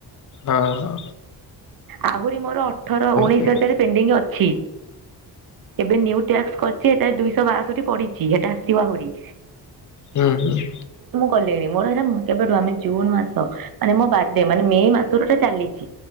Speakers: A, on the left; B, on the right.
A: ହଁ ହଁ
B: ଆହୁରି ମୋର ଅଠର ଉଣେଇଶ
A: ହୁଁ
B: ହଜାର ପେଣ୍ଡିଙ୍ଗ ଅଛି ଏବେ ନିୟୁ ଟାସ୍କ କର ସେଟା ଦୁଇଶହ ବାଶୋଠି ପଡିଚି ସେଟା ଆସିବ ଆହୁରି।
A: ହୁଁ ହୁଁ।
B: କଲେଣି ମୋର ହେରା କେବେଠୁ ଆମେ ଜୁନ୍ ମାସ ମାନେ ମୋ ବାଡେ ମାନେ ମେ ମାସରୁ ଏଟା ଚାଲିଚି। ଚି